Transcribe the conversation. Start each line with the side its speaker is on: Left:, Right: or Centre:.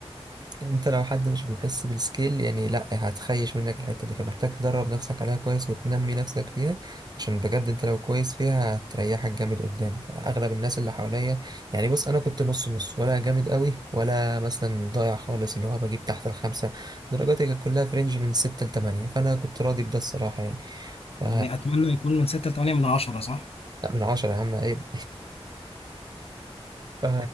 Right: انت لو حد مش بيحس بالسكيل يعني لا هتخيش منك الحتة دي فمحتاج تدرب نفسك عليها كويس وتنمي نفسك فيها عشان بجد انت لو كويس فيها هتريحك جامد قدام اغلب الناس اللي حواليا يعني بص انا كنت نص نص ولا جامد قوي ولا مثلا ضايع خالص اللي هو بجيب تحت الخمسة درجاتي كانت كلها في رينج من ستة لتمانية فانا كنت راضي بده الصراحة يعني ف
Left: يعني اتمنى يكون من 6 ل 8 من 10 صح؟
Right: لا من عشرة يا عم عيب <laughs> ف